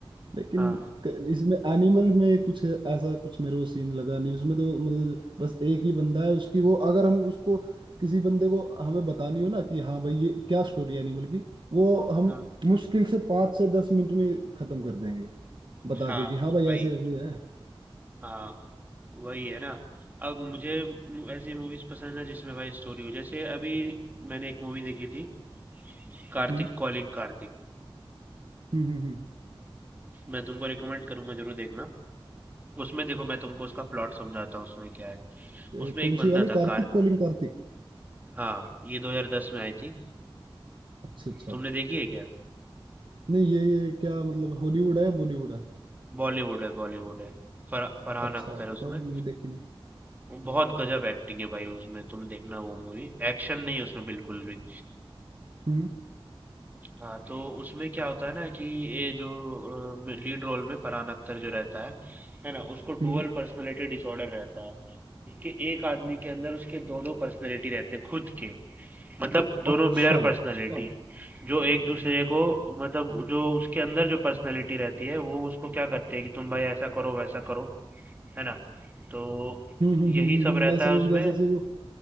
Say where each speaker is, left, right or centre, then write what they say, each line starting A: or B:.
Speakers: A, on the right; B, on the right.
A: लेकिन
B: हाँ
A: क- इसमें एनिमल में कुछ ऐसा कुछ मेरे को सीन लगा नहीं उसमें तो मतलब बस एक ही बंदा है उसकी वो अगर हम उसको किसी बंदे को हमें बतानी हो ना कि हाँ भाई ये क्या स्टोरी है एनिमल की वो हम
B: हाँ
A: मुश्किल से पाँच से दस मिनट में खत्म कर देंगे बता
B: हाँ
A: के
B: हाँ,
A: कि हाँ भाई
B: वही
A: ऐसे ऐसे है
B: हाँ वही है ना अब मुझे मु- ऐसी मूवीज पसंद है जिसमें भाई स्टोरी हो जैसे अभी मैंने एक मूवी देखी थी कार्तिक
A: हम्म
B: कॉलिंग कार्तिक
A: हम्म हम्म
B: मैं तुमको रिकमेंड करूंगा जरूर देखना उसमें देखो मैं तुमको उसका प्लॉट समझाता हूँ उसमें क्या है
A: हम्म।
B: उसमें
A: ए, कौन
B: एक बंदा
A: सी वाली
B: था
A: कार्तिक
B: कार
A: कोलिंग कार्तिक
B: हाँ ये 2010 में आई थी
A: अच्छा अच्छा
B: तुमने देखी है क्या
A: नहीं ये, ये क्या मतलब हॉलीवुड है बॉलीवुड है
B: बॉलीवुड है बॉलीवुड है फर, फरहान
A: अच्छा
B: अख्तर है
A: बताओ
B: उसमें
A: नहीं देखी नहीं
B: वो बहुत गजब एक्टिंग है भाई उसमें तुम देखना वो मूवी एक्शन नहीं है उसमें बिल्कुल भी
A: हम्म
B: हाँ तो उसमें क्या होता है ना कि ये जो लीड रोल में फरहान अख्तर जो रहता है है ना उसको
A: हम्म
B: डुअल पर्सनैलिटी डिसऑर्डर रहता है उसके एक आदमी के अंदर उसके दो दो पर्सनैलिटी रहते हैं खुद के मतलब दोनों
A: अच्छा
B: मिरर
A: हम्म
B: पर्सनैलिटी जो एक दूसरे को मतलब जो उसके अंदर जो पर्सनैलिटी रहती है वो उसको क्या करते हैं कि तुम भाई ऐसा करो वैसा करो है ना तो
A: हम्म हम्म
B: यही
A: हम्म,
B: सब
A: हम्म,
B: रहता
A: मैं समझ
B: है उसमें
A: गया जैसे वो